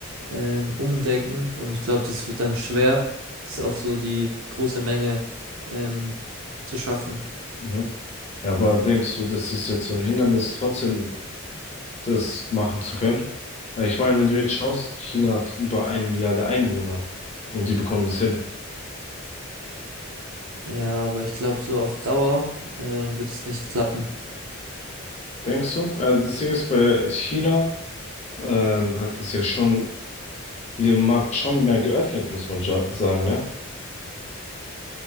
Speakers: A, on the right; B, on the left.
A: ähm, umdenken. Und ich glaube, das wird dann schwer, das auf so die große Menge ähm, zu schaffen.
B: Mhm. Ja, aber denkst du, das ist jetzt so ein Hindernis, trotzdem das machen zu können? Weil Ich meine, wenn du jetzt schaust, China hat über eine Milliarde Einwohner und die bekommen das hin.
A: Ja, aber ich glaube, so auf Dauer äh, wird es nicht klappen.
B: Denkst du? Also das Ding ist, bei China ähm, hat es ja schon ihren Markt schon mehr geöffnet, muss man ja sagen, ne?